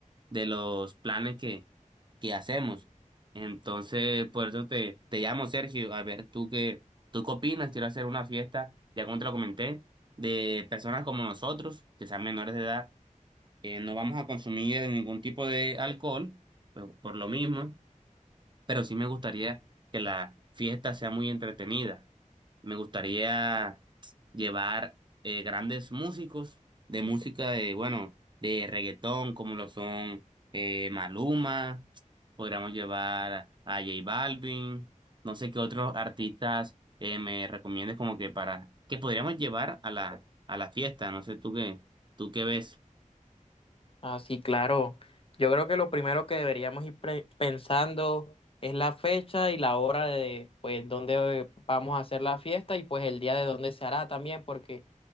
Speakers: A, on the right; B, on the left.
A: de los planes que, que hacemos. Entonces, por eso te, te llamo, Sergio, a ver, tú qué, tú qué opinas, quiero hacer una fiesta, ya como te lo comenté, de personas como nosotros, que sean menores de edad eh, no vamos a consumir ningún tipo de alcohol, por, por lo mismo, pero sí me gustaría que la fiesta sea muy entretenida. Me gustaría llevar eh, grandes músicos de música de, bueno, de reggaetón, como lo son eh, Maluma, podríamos llevar a J Balvin, no sé qué otros artistas eh, me recomiendes como que para, que podríamos llevar a la, a la fiesta, no sé tú qué, tú qué ves.
B: Ah, sí, claro. Yo creo que lo primero que deberíamos ir pre- pensando es la fecha y la hora de, pues, dónde eh, vamos a hacer la fiesta y pues el día de dónde se hará también, porque